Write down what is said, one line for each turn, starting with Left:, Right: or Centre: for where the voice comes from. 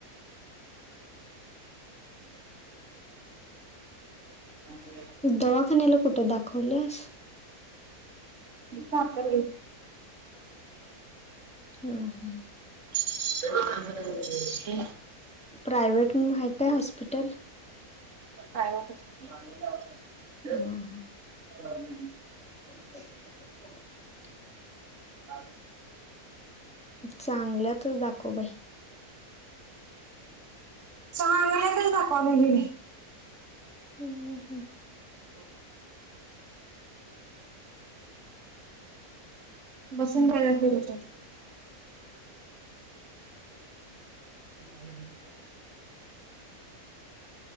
Right: ह
Centre: दवाखान्याला कुठं दाखवलेस
Right: काात येत
Centre: ह हा
Right: ते
Centre: प्रायव्हेट माहित आहे काय हॉस्पिटल
Right: प्रायव्हेट च की
Centre: हा ह
Right: <unintelligible>
Centre: <unintelligible>
Right: बा
Centre: चांगल्यातच दाखव बाई
Right: चांगल्या तच दाखवाय पाहिजे
Centre: हॅलो <unintelligible>
Right: कि बसंत जााखत झा